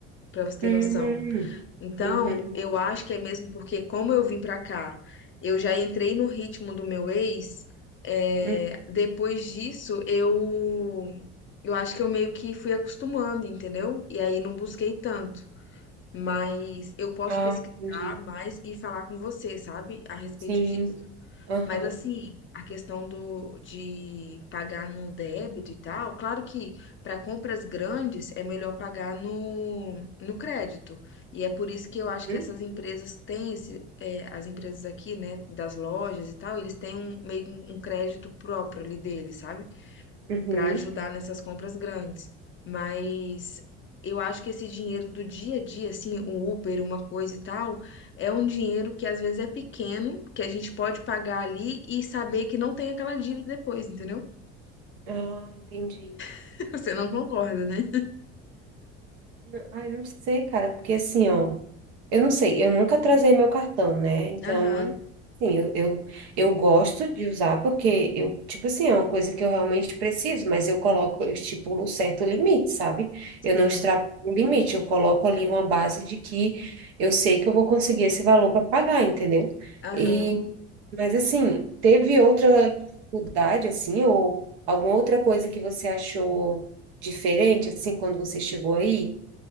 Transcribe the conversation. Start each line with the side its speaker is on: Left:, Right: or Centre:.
Left: para você ter
Right: Uhum,
Left: noção. Então,
Right: uhum,
Left: eu acho que é mesmo porque, como eu vim para cá, eu já entrei no ritmo do meu ex, é,
Right: uhum.
Left: depois disso, eu. Eu acho que eu meio que fui acostumando, entendeu? E aí não busquei tanto. Mas eu posso
Right: Ah,
Left: pesquisar
Right: entendi.
Left: mais e falar com você, sabe, a respeito
Right: Sim,
Left: disso.
Right: aham.
Left: Mas assim, a questão do de pagar no débito e tal, claro que para compras grandes é melhor pagar no, no crédito. E é por isso que eu acho que
Right: Uhum.
Left: essas empresas têm esse, é, as empresas aqui, né, das lojas e tal, eles têm um meio que um um crédito próprio ali deles, sabe?
Right: uhum.
Left: para ajudar nessas compras grandes. Mas eu acho que esse dinheiro do dia a dia, assim, um Uber, uma coisa e tal, é um dinheiro que às vezes é pequeno, que a gente pode pagar ali e saber que não tem aquela dívida depois, entendeu?
Right: Ah, entendi.
Left: <laughs> Você não concorda, né?
Right: N- Ah, eu não sei, cara, porque assim, ó. Eu não sei, eu nunca trazei meu cartão, né? Então,
Left: Aham,
Right: sim, eu, eu, eu gosto de usar porque eu, tipo assim, é uma coisa que eu realmente preciso, mas eu coloco, eu estipulo um certo limite, sabe? Eu
Left: sim,
Right: não extrapo o limite, eu coloco ali uma base de que eu sei que eu vou conseguir esse valor para pagar, entendeu?
Left: aham.
Right: E, mas assim, teve outra dificuldade, assim, ou alguma outra coisa que você achou diferente, assim, quando você chegou aí,